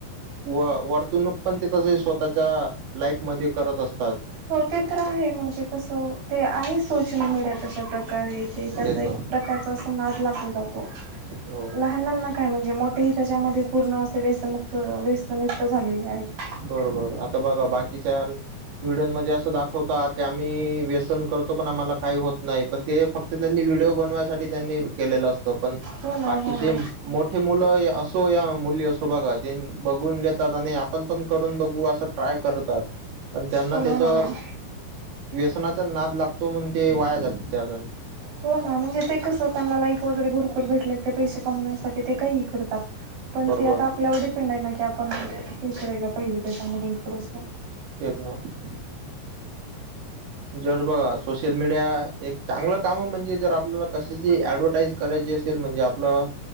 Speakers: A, on the right (about 70°); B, on the right (about 55°).
A: व वर्तणूक पण ते तसे स्वतःच्या लाईफमध्ये करत असत
B: हो ते तर आहे म्हणजे कसं ते आहे सोशल मीडिया तशा प्रकारे की त्याचा
A: तेच ना
B: एक प्रकारचा असा नाद लागून जातो
A: हो
B: लहानांना काय म्हणजे मोठे हि त्याच्यामध्ये पूर्ण असे व्यसमुक्त व्यस मुक्त झालेले आहेत
A: बरोबर आता बघा बाकीच्या व्हिडिओनमध्ये असं दाखवता की आम्ही व्यसन करतो पण आम्हाला काही होत नाही पण ते फक् ते त्यांनी व्हिडिओ बनवायसाठी त्यांनी केलेलं असतं पण
B: हो ना
A: बाकीचे
B: हो ना
A: मोठ मुलं असो या मुली असो बघा बघून घेतात आणि आपण करून बघू अस ट्राय करतात पण त्यांना
B: हो ना
A: त्याज
B: हो ना
A: व्यसनाचा नाद लागतो म्हणून ते वाया जातात त्या
B: हो ना म्हणजे ते कसं त्यांना लाईक वगैरे भरपूर भेटले ते पैसे कमवण्यासाठी ते काहीही करतात. पण
A: बरोबर
B: ते आता आपल्यावर डिपेंड आहे ना की आपण म्हणजे हे करायला पाहिजे त्याच्यामधून थोडस.
A: <unintelligible> जर बघा सोशल मीडिया एक चांगलं काम म्हणजे जर आपल्याला कशाची ऍडव्हर्टाइज करायची असेल म्हणजे आपलं